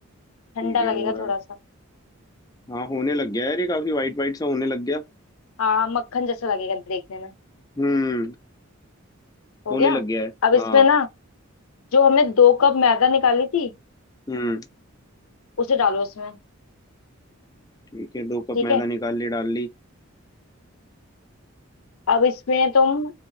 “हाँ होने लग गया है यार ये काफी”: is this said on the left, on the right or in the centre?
Left